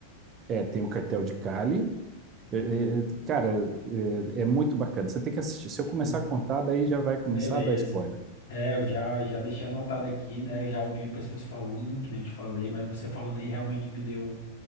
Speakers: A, on the right; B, on the left.
A: é, tem o cartel de Cali. É, é, é, cara, é, é muito bacana. Você tem que assistir. Se eu começar
B: Sim.
A: a contar, daí já vai começar
B: Beleza.
A: a dar spoiler.
B: É, eu já, já deixei anotado aqui, né? Eu já ouvi pessoas falando, que nem eu te falei, mas você falando aí realmente me deu,